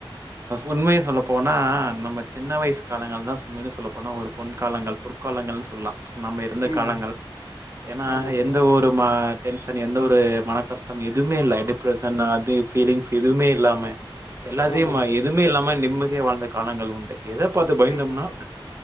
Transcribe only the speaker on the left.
ம்.
ஆமாம் ப்ரோ.
ஆமாம்
ப்ரோ.
ஆமாம் ப்ரோ.